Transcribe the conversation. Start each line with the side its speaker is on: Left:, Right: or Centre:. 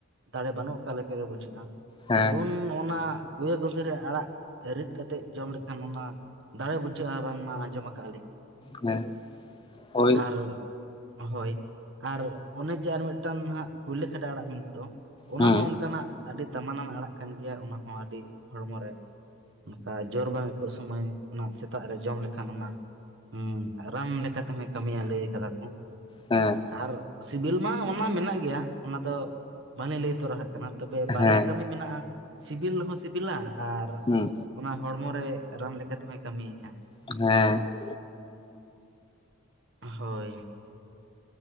Right: ᱫᱟᱲᱮ ᱵᱟᱹᱱᱩᱜ ᱟᱠᱟᱜ ᱞᱮᱠᱟ ᱜᱮ ᱵᱩᱡᱷᱟᱹᱜᱼᱟ
Left: ᱦᱮᱸ
Right: ᱟᱫᱚ ᱩᱱ ᱚᱱᱟ ᱜᱭᱟᱹᱜᱚᱫᱷᱮᱨᱮ ᱟᱲᱟᱜ ᱨᱤᱫ ᱠᱟᱛᱮ ᱡᱚᱢ ᱞᱮᱠᱷᱟᱱ ᱚᱱᱟ ᱫᱟᱲᱮ ᱵᱩᱡᱷᱟᱹᱜᱼᱟ ᱵᱟᱝ? ᱟᱸᱡᱚᱢ ᱟᱠᱟᱜᱼᱟ ᱞᱤᱧ ᱾
Left: ᱦᱮᱸ ᱦᱳᱭ
Right: <inaudible> ᱟᱨ ᱦᱳᱭ ᱟᱨ ᱚᱱᱮ ᱡᱮ ᱟᱨ ᱢᱤᱫᱴᱟᱝ ᱦᱟᱸᱜ ᱠᱩᱭᱞᱟᱹ ᱠᱷᱟᱰᱟ ᱟᱲᱟᱜ ᱢᱮᱱ ᱫᱚ ᱚᱱᱟ
Left: ᱦᱩᱸ
Right: ᱦᱚᱸ ᱚᱱᱠᱟᱱᱟᱜ ᱟᱹᱰᱤ ᱫᱟᱢᱟᱱᱟᱱ ᱟᱲᱟᱜ ᱠᱟᱱ ᱜᱮᱭᱟ ᱚᱱᱟ ᱦᱚᱸ ᱟᱹᱰᱤ ᱦᱚᱲᱢᱚ ᱨᱮ ᱚᱱᱠᱟ ᱡᱳᱨ ᱵᱟᱝ ᱟᱹᱭᱠᱟᱹᱜ ᱥᱩᱢᱟᱹᱭ ᱚᱱᱟ ᱥᱮᱛᱟᱜ ᱨᱮ ᱡᱚᱢ ᱞᱮ ᱠᱷᱟᱱ ᱚᱱᱟ ᱦᱚᱸ ᱩᱸ ᱨᱟᱱ ᱞᱮᱠᱟ ᱛᱮᱦᱚᱸᱭ ᱠᱟᱹᱢᱤᱭᱤᱭᱟᱭ ᱞᱟᱹᱭ ᱟᱠᱟᱫᱟ ᱠᱚ ᱾
Left: ᱦᱮᱸ
Right: ᱟᱨ ᱥᱤᱵᱤᱞ ᱢᱟ ᱚᱱᱟ ᱢᱮᱱᱟᱜ ᱜᱮᱭᱟ ᱚᱱᱟ ᱫᱚ ᱵᱟᱹᱞᱤᱧ ᱞᱟᱹᱭ ᱛᱚᱨᱟ ᱟᱜ ᱠᱟᱱᱟ ᱾ ᱛᱚᱵᱮ ᱵᱟᱨᱭᱟ
Left: ᱦᱮᱸ
Right: ᱠᱟᱹᱢᱤ ᱢᱮᱱᱟᱜᱼᱟ ᱥᱤᱵᱤᱞ ᱦᱚᱸ ᱥᱤᱵᱤᱞᱟ ᱟᱨ
Left: ᱦᱩᱸ
Right: ᱚᱱᱟ ᱦᱚᱲᱢᱚ ᱨᱮ ᱨᱟᱱ ᱞᱮᱠᱟ ᱛᱮᱦᱚᱸᱭ ᱠᱟᱹᱢᱤᱭᱮᱫᱼᱟ ᱾
Left: ᱦᱮᱸ ᱾
Right: ᱦᱳᱭ ᱾